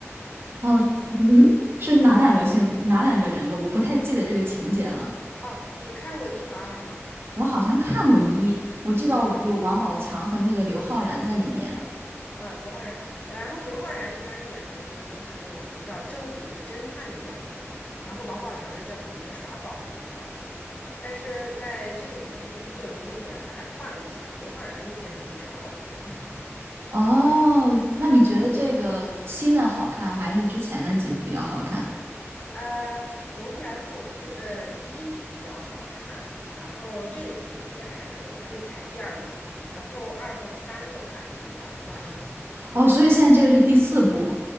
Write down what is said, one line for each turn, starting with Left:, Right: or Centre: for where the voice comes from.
Right: 哦，嗯，是哪两个星，
Left: 嗯，
Right: 哪两个人？我我不太记得这个情节了。
Left: 哦，你看过一和二吗？
Right: 我好像看过一，我记得有王宝强和那个刘昊然在里面。
Left: 啊。刘昊然啊，刘昊然，然后刘昊然一般演的就都是那种比较正经的侦探的样子嘛，然后王宝强是在旁边耍宝那个样子，但是在这个里面，一九零零里啊，他俩换了一下，刘昊然就变成那个耍宝的人了。
Right: 哦，那你觉得这个新的好看，
Left: 哦，
Right: 还是之前的几部比较好看？
Left: 呃，总体来说，我觉得一比较好看，然后这一部也还可以，可以排第二名，然后二和三的话就一般吧。
Right: 哦，所以现在这个是第四部。